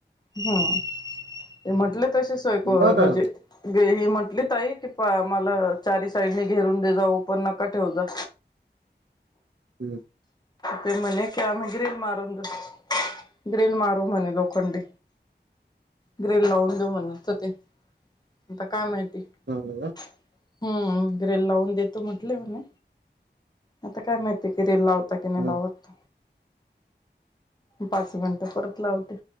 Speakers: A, on the left (about 20°); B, on the right (about 80°).
A: हम्म ते म्हटले तसे सोय करू
B: बरं
A: म्हणजे गे ही म्हंटली ताई कि, मला चारी साईडनी घेरून दे जा. ओपण नको ठेवू जा.
B: हम्म
A: ते म्हणे की, आम्ही ग्रिल मारून देऊ. ग्रिल मारू म्हणे लोखंडी. ग्रिल लावून देऊ म्हणत होते, आता काय माहिती.
B: <unintelligible>
A: हम्म. ग्रिल लावून देतो, म्हटले म्हणे. आता काय माहिती ग्रिल लावताय नाही
B: मग
A: लावत, पाच मिनिट परत लावते.